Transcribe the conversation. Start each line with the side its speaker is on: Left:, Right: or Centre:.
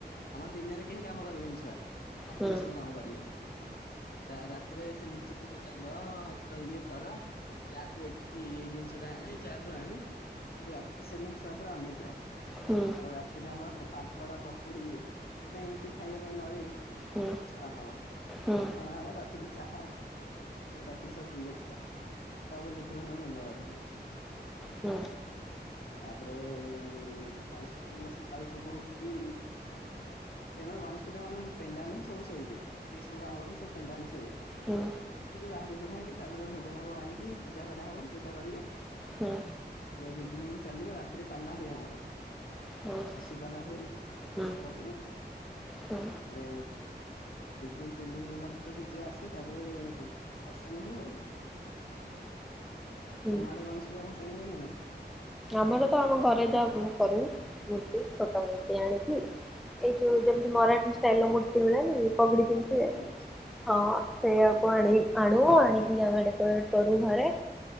Left: ଆମର ଦିନରେ କେହି କାମ କରିବେନି ଛୁଆ। ରାତିରେ
Centre: ହୁଁ
Left: ସବୁ କାମ କରିବେ। ରାତିରେ ସେ ଲିଚୁ ଫିଚୁ ଟାଙ୍ଗ ଇଏ କର। ଯାହା ତୁ ଏଠିକି ଏଇ ଜିନିଷ ଟା ଆଣେ ଯହା ତୁ ଆଣେ ରାତି ସେଦିନ ଛୁଆ ପା ଅନିଦ୍ରା।
Centre: ହୁଁ
Left: ଆଉ ରାତିରେ ଆମର ପାମ୍ପଡ ପକୁଡି ମାନେ ଏମିତି ଖାଇବା ପାଇଁ ନହ
Centre: ହୁଁ
Left: ସବୁ ଛଣା ହବ ସବୁ
Centre: ହୁଁ
Left: ଛଣା ହବ ରାତିରେ ଚାହା। ରାତିରେ ସବୁ ପିଇବେ ଛୁଆ ତାପର ଯେତେଳେର ମେମ୍ବର ଅଛନ୍ତି।
Centre: ହୁଁ।
Left: ତାପରେ ଗଣେଶ ପୂଜା ଦିନ ସକାଳୁ ସବୁ ଉଠିକି ସେ ଗେଶ ପୂଜା ମାନେ ପେଣ୍ଡାଲେ ହିଁ ସବୁ ଶୋଇବେେ ଯେତିି ସବୁ କାମ କରଲେ ସବ ପେଣ୍ଡା ହେଲେ ଶୋଇବେ।
Centre: ହୁଁ।
Left: ଉଠିକି ବାହାରି ବୁୁରକି ତାପରେ ଭୋଗ ଭାଗ ଆଣିକି ପୂଜା କରାହଉ ପୂଜା କରିବେ।
Centre: ହୁଁ।
Left: ତାପରେ ଦି ଦିନି ଦ ଚାଲିବ ରାତିରେ ପାଲା ହୁଏ ଆମର।
Centre: ହୁଁ।
Left: ବସିପଲା ହୁଏ ଠାକୁରଙ୍କ
Centre: ହୁଁ
Left: କତିରେ।
Centre: ହୁଁ।
Left: <inaudible> ହ ଦି ଦିନ ତିନି ଦିନ ଗଲାଳେ ଡିଜେ ଆସେ ତାପରେ ବସାଣି ହୁଏ ଆଉ।
Centre: ହୁଁ
Left: ତମ ଆଡେ ଗଣେଶ ପୂଜା ଭସାଣି ହୁଏ ନା ନାଇଁ।
Centre: ଆମର ତ ଆମ ଘରେ ଯା କରିବ ମୂର୍ତ୍ତି ଛୋଟ ମୂର୍ତ୍ତି ଆଣିକି। ଏଇ ଯୋଉ ଯେମିତି ମରାଠୀ ଷ୍ଟାଇଲ ର ମୂର୍ତ୍ତି ମିଳେନି ପଗଡି
Left: ହଁ
Centre: ପିନ୍ଧିଥିବେ।
Left: ହଁ ଜାଣିଛି
Centre: ହଁ ସେଇଆକୁ ଆଣି ଆଣୁ ଆଣିକି ଆମେ ଡେକୋଟ କରୁ ଘରେ।